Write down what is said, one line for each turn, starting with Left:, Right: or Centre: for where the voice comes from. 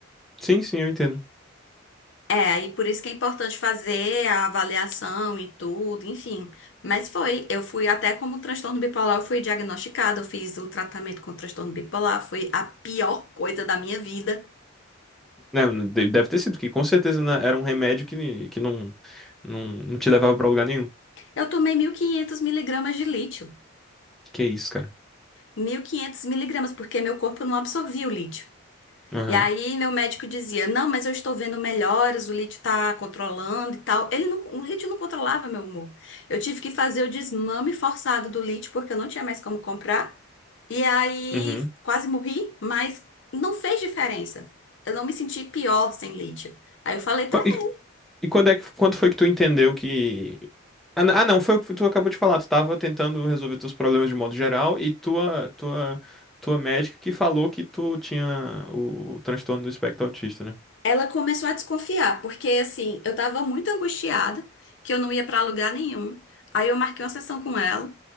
Centre: Sim, sim, eu entendo.
Left: É, e por isso que é importante fazer a avaliação e tudo, enfim. Mas foi, eu fui até como transtorno bipolar, eu fui diagnosticada, eu fiz o tratamento com transtorno bipolar, foi a pior coisa da minha vida.
Centre: Não, não, de- deve ter sido, porque com certeza né, era um remédio que, que não, não, não te levava pra lugar nenhum.
Left: Eu tomei 1.500 miligramas de lítio.
Centre: Que que é isso, cara?
Left: mil e quinhentos miligramas, porque meu corpo não absorvia o lítio.
Centre: Aham,
Left: E aí meu médico dizia, não, mas eu estou vendo melhoras, o lítio tá controlando e tal. Ele não, o lítio não controlava meu humor. Eu tive que fazer o desmame forçado do lítio, porque eu não tinha mais como comprar. E aí
Centre: uhum.
Left: quase morri, mas não fez diferença. Eu não me senti pior sem lítio. Aí eu falei pra
Centre: Qu-
Left: ela.
Centre: E, e quando é que, quando foi que tu entendeu que Ah, n- ah, não, foi o que tu acabou de falar. Tu tava tentando resolver teus problemas de modo geral e tua, tua, tua médica que falou que tu tinha o transtorno do espectro autista, né?
Left: Ela começou a desconfiar, porque assim, eu tava muito angustiada, que eu não ia pra lugar nenhum. Aí eu marquei uma sessão com ela.